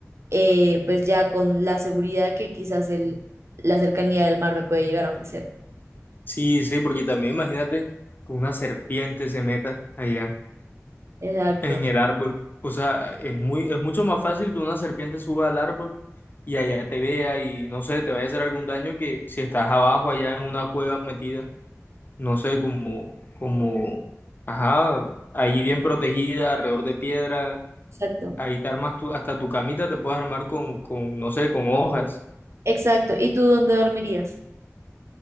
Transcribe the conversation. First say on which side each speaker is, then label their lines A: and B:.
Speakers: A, on the right; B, on the left.
A: eh, pues ya con la seguridad que quizás el, la cercanía del mar me puede llegar a ofrecer.
B: Sí, sí, porque también imagínate que una serpiente se meta allá
A: Exacto,
B: en el árbol. O sea, es muy, es mucho más fácil que una serpiente suba al árbol y allá te vea y no sé, te vaya a hacer algún daño que si estás abajo allá en una cueva metida, no sé, como, como, ajá, ahí bien protegida, alrededor de piedra,
A: exacto,
B: ahí te armas tú, hasta tu camita te puedes armar con, con, no sé, con hojas.
A: exacto. ¿Y tú dónde dormirías?